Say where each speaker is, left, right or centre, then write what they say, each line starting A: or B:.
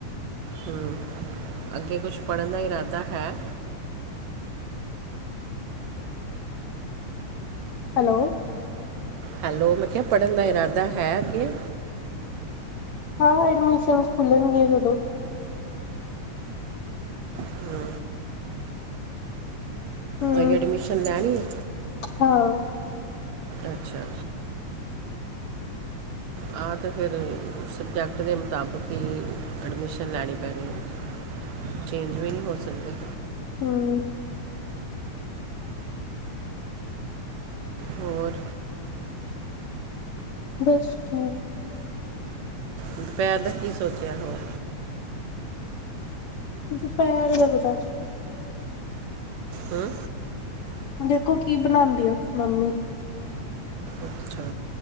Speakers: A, on the right (about 75°); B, on the left (about 70°).
A: ਹੂੰ। ਅੱਗੇ ਕੁਛ ਪੜ੍ਹਨ ਦਾ ਇਰਾਦਾ ਹੈ?
B: ਹੈਲੋ।
A: ਹੈਲੋ ਮੈਂ ਕਿਆ ਪੜ੍ਹਨ ਦਾ ਇਰਾਦਾ ਹੈ ਅੱਗੇ?
B: ਹਾਂ ਐਡਮਿਸ਼ਨ ਖੁੱਲਣਗੇ ਜਦੋਂ।
A: ਹੂੰ
B: ਹੂੰ
A: ਅਗੇ ਅਡਮਿਸ਼ਨ ਲੈਣੀ ਐ
B: ਹਾਂ
A: ਅੱਛਾ ਆ ਤੇ ਫਿਰ ਸਬਜੈਕਟ ਦੇ ਮੁਤਾਬਕ ਈ ਅਡਮਿਸ਼ਨ ਲੈਣੀ ਪੈਣੀ ਐ ਚੇਂਜ ਵੀ ਨੀ ਹੋ ਸਕਦੇ
B: ਹੂੰ
A: ਹੋਰ
B: ਬਸ ਠੀਕ।
A: ਦੁਪੈਰ ਦਾ ਕੀ ਸੋਚਿਆ ਹੋਰ?
B: ਦੁਪੈਰ ਦਾ ਪਤਾ ਕਿ।
A: ਹਂ।
B: ਦੇਖੋ ਕੀ ਬਣਾਦੀ ਆ ਮੰਮੀ।
A: ਅੱਛਾ